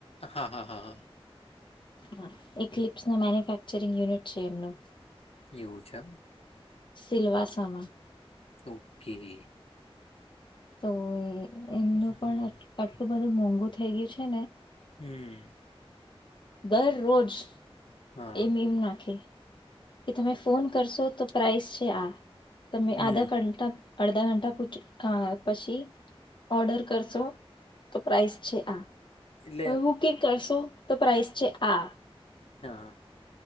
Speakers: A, on the left; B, on the left.
A: હા હા હા હા.
B: હા એક ક્લિપ્સના મેન્યુફેક્ચરિંગ યુનિટ છે એમનું.
A: <unintelligible>
B: સિલ્વાસા માં.
A: ઓકે.
B: તો એ એમનું
A: હમ
B: પણ આટલું બધું મોંઘું થઈ ગયું છે ને
A: હમ
B: દરરોજ
A: હા
B: એ મીમ નાખે કે તમે ફોન કરશો તો પ્રાઇસ છે આ તમે
A: હમ
B: આધા ઘંટા અડધા ઘંટા પૂછ પછી ઓર્ડર કરશો તો પ્રાઇસ છે આ
A: એટલે
B: હ બુકિંગ કરશો તો પ્રાઇસ પ છે આ
A: હા